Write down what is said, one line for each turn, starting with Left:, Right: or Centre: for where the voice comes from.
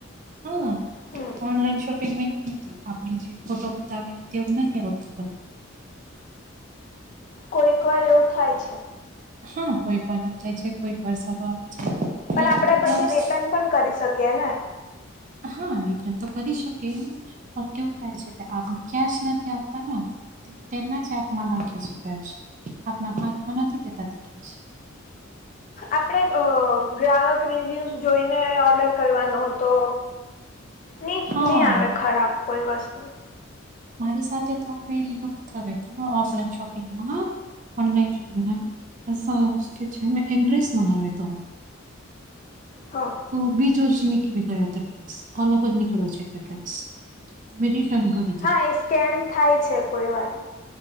Right: હા
Left: હમ
Right: ઓનલાઈન શો પીગમાં એવું નથી આપણે જે ફોટો બતાવે તેવું નથી આવતું
Left: કોઈક વાર એવું થાય છે.
Right: હા કોઈક વાર થાય છે, કોઈક સારો આવે છે.
Left: પણ
Right: ઇલેક્ટ્રિક
Left: આપડે પછી
Right: બોક્સ
Left: રિટર્ન પણ કરી શકીએ ને
Right: હા રીતન તો કરી શકે પણ કેવું થાય છે, કે આપને કેશ નથી આપતા ને? તેના જ હાથમાં નાખે છે, કેશ આપના હાથમાં નથી દેતા તે કેશ
Left: આપણે અ ગ્રાહક રિવ્યુઝ જોઈને ઓર્ડર કરવાનો હતો. ની
Right: હા
Left: ની આવે ખરાબ કોઈ વસ્તુ
Right: મારી સાથે તો અમે યુઝ થયો હતો ઓફલાઈન શોપિંગમાં ઓનલાઈન શોપિંગ <unintelligible> એડ્રેસ મંગાવ્યો હતો
Left: હ.
Right: તો બી જો <unintelligible> ગયા ડ્રેસ ઓલ ઓવર નીકળ્યો છે, ડ્રેસ મે રીટન
Left: હા એ સ્કેમ થાય છે, કોઈ વાર